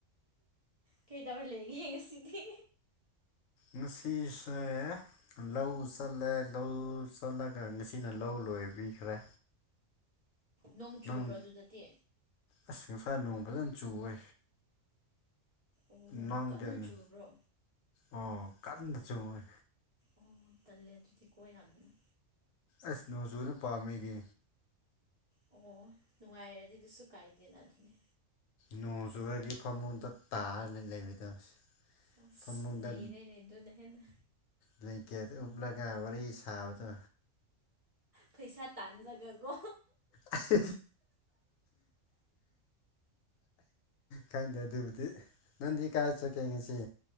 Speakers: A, on the right (about 35°); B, on the left (about 85°).
A: ꯀꯩ ꯇꯔ ꯂꯩꯒꯦ ꯉꯁꯤꯗꯤ
B: ꯉꯁꯤꯁꯦ ꯂꯧ ꯆꯜꯂꯦ ꯂꯧ ꯆꯜꯂꯒ ꯉꯁꯤꯅ ꯂꯧ ꯂꯣꯏꯕꯤꯈ꯭ꯔꯦ
A: ꯅꯣꯡ ꯆꯨꯕ꯭ꯔꯥ
B: ꯅꯪ
A: ꯑꯗꯨꯗꯗꯤ
B: ꯑꯁ ꯉꯁꯥ ꯅꯣꯡ ꯐꯖꯅ ꯆꯨꯋꯦ
A: ꯑꯣ
B: ꯅꯪꯗꯦꯅꯦ
A: ꯀꯟꯅ ꯆꯨꯔꯕ꯭ꯔꯣ
B: ꯑꯣ ꯀꯥꯗ ꯆꯣꯡ ꯃꯣꯏ
A: ꯑꯣ ꯇꯜꯂꯦ ꯑꯗꯨꯗꯤ ꯀꯣ ꯌꯥꯝꯅꯅꯦ
B: ꯑꯁ ꯅ ꯁꯨꯅ ꯄꯥꯗꯤ
A: ꯑꯣ ꯅꯨꯡꯉꯥꯏꯔꯗꯤ ꯑꯗꯨꯁꯨ ꯀꯥꯏꯗꯦꯅ ꯑꯗꯨꯅꯤ
B: ꯅꯣꯡ ꯆꯨꯨꯔꯗꯤ ꯐꯃꯨꯡꯗ ꯇꯥꯔꯗꯤ ꯂꯩꯕꯤꯗꯔꯁ
A: ꯑꯁ
B: ꯐꯃꯨꯡꯗ
A: ꯅꯩꯔꯦꯅꯦ ꯑꯗꯨꯅ ꯍꯦꯟꯅ
B: ꯕ꯭ꯂꯦꯡꯀꯦꯠ ꯎꯞꯂꯒ ꯋꯥꯔꯤ ꯊꯥꯕꯗ
A: ꯄꯩꯁꯥ ꯇꯥꯟꯖꯒꯦꯒꯣ
B: ꯑꯤꯁ ꯈꯪꯗꯦ ꯑꯗꯨꯕꯨꯗꯤ ꯅꯪꯗꯤ ꯀꯥꯏ ꯆꯠꯀꯦ ꯉꯁꯤ